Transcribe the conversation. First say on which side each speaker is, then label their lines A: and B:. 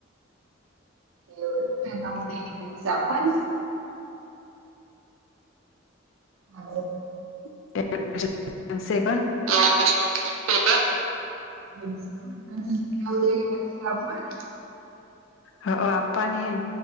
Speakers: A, on the right; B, on the left.
A: એવ નવો દે ની પરીક્ષા આપવાની છે. હ.
B: એ <unintelligible>
A: <unintelligible> <unintelligible>
B: હ અ આપ્પાની હેન